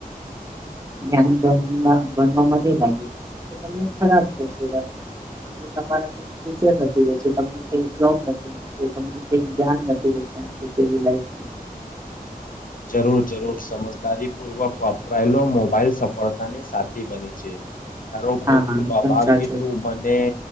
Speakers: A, on the right; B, on the left.
A: ધ્યાન <unintelligible> ભણવાવામાં ની લાગે. તમને ખરાબ થશે ભાઈ આજે તમારા કઈ ફ્યુચર નથી રહેશે, તમને કઈ જોબ નથી મળશે, તમને કઈ જ્ઞાન નથી રહેશે, <unintelligible> કેવી લાઇફ <unintelligible>
B: જરૂર જરૂર સમજદારી પૂર્વક વાપરાયેલો મોબાઈલ, સફળતાની સાથી બને છે. તારો ખૂબ
A: હા
B: ખૂબ
A: એકદમ
B: આભાર
A: સાચું
B: કી તું મને